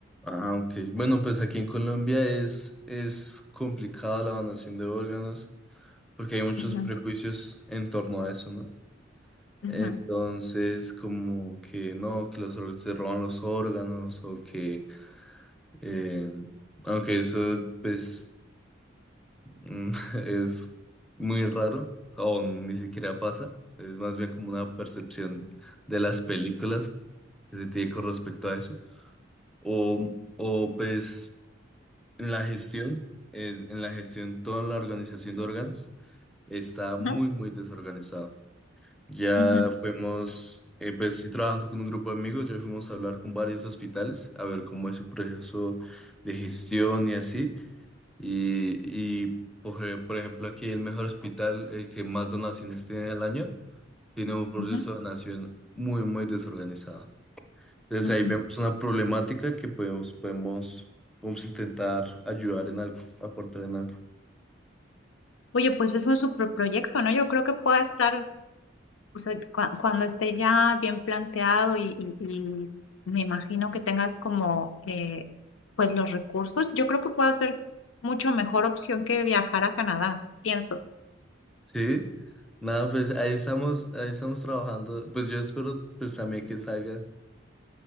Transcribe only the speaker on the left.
ujú,
ujú,
ujú,
ujú,
ujú,
ujú.
Oye, pues es un super proyecto, ¿no? Yo creo que puede estar O sea, cua- cuando esté ya bien planteado y, y- y me imagino que tengas como, eh, pues los recursos, yo creo que puede ser mucho mejor opción que viajar a Canadá, pienso.